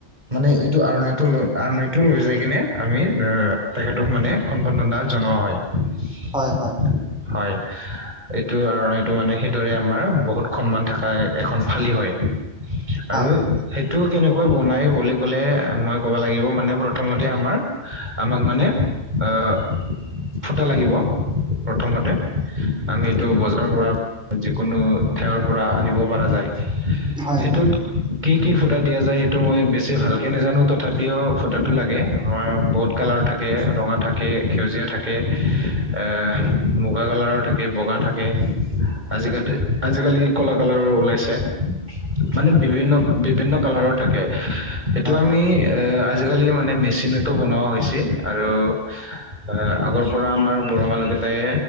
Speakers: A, on the right; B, in the centre.
A: মানে এইটো আৰনাটো লৈ, আৰনাটো লৈ যাই কিনে আমি এ' তেখেতক মানে সম্বৰ্ধনা জনোৱা হয়।
B: হয় হয়।
A: হয় এইটো আৰু এইটো মানে সেইদৰে আমাৰ বহুত সন্মান থাকাই এখন ফালি হয় আৰু
B: হয়
A: সেইটো কেনেকৈ বনাই বুলি ক'লে মই ক'ব লাগিব মানে প্ৰথমতে আমাৰ আমাক মানে আহ ফুটা লাগিব প্ৰথমতে আমিটো বজাৰৰ পৰা যিকোনো ঠাইৰ পৰা আনিব পৰা যায়।
B: হয় হয়
A: সেইটোত কি কি ফুটা দিয়া যায়, সেইটো মই বেছি ভালকে নাজানো তথাপিও ফুটাটো লাগে। আমাৰ বহুত কালাৰ থাকে, ৰঙা থাকে, সেউজীয়া থাকে কে, এ মুগা কালাৰৰ থাকে, বগা থাকে। আজিকালি-আজিকালি কলা-কালাৰ ওলাইছে। মানে বিভিন্ন-বিভিন্ন কালাৰৰ থাকে। সেইটো আমি
B: হয়
A: আজিকালি মানে মেচিনতো বনোৱা হৈছে। আৰু আ আগৰ পৰা আমাৰ বড়া মানুহকেইটাই